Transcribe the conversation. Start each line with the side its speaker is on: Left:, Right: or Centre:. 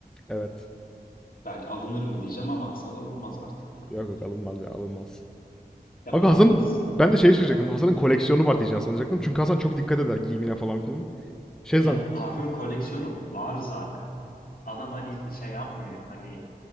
Centre: Evet.
Left: Belki alınır mı diyeceğim ama Hasan alınmaz artık ya
Centre: Yok
Left: bence.
Centre: yok alınmaz
Left: Ya,
Centre: ya alınmaz.
Left: ya
Centre: Abi
Left: parfüm
Centre: Hasan'ın ben de şey şaşıracaktım. Hasan'ın koleksiyonu var diyeceğim sanacaktım. Çünkü Hasan çok dikkat eder giyimine falan filan. Şey
Left: ya
Centre: zan
Left: parfüm koleksiyonu var zaten. Adam hani şey yapmıyor. Hani